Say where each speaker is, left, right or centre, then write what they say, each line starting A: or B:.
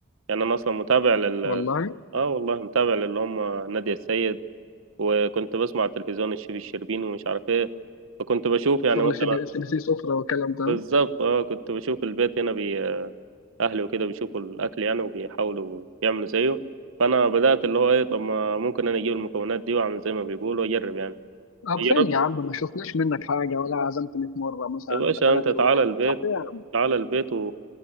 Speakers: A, on the right; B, on the left.
A: يعني انا اصلا متابع لل
B: والله
A: اه والله متابع للي هم نادية السيد وكنت بسمع على التلفزيون الشيف الشربيني ومش عارف ايه فكنت بشوف يعني
B: شغل
A: مثلا
B: سي بي سي بي سي سفره والكلام ده
A: بالظبط اه كنت بشوف البيت هنا بي... اهلي وكده بيشوفوا الاكل يعني وبيحاولوا يعملوا زيه فانا بدات اللي هو ايه طب ما ممكن انا اجيب المكونات دي واعمل زي ما بيقولوا واجرب يعني
B: طب
A: جربت
B: فين يا عم ما شفناش منك حاجه ولا عزمتني في مره مثلا
A: يا باشا
B: ولا ثلاثه
A: انت تعالى
B: يوم، ولا
A: البيت
B: بتاع فين يا عم؟
A: تعالى البيت و